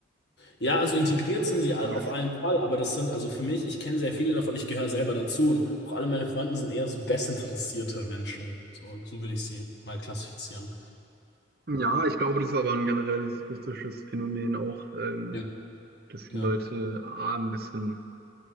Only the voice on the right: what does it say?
Also,
ich-
ja, ich glaube, das ist aber ein generelles russisches Phänomen auch, ähm,
dass die
Leute A, ein bisschen,